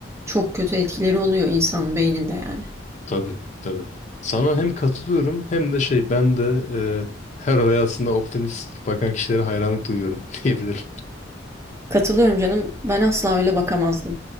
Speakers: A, on the right (about 15°); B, on the left (about 40°).
A: çok kötü etkileri oluyor insan beyninde yani.
B: Tabii, tabii. Sana hem katılıyorum hem de şey ben de e, her olaya aslında optimist bakan kişilere hayranlık duyuyorum <laughs> diyebilirim.
A: Katılıyorum canım. Ben asla öyle bakamazdım.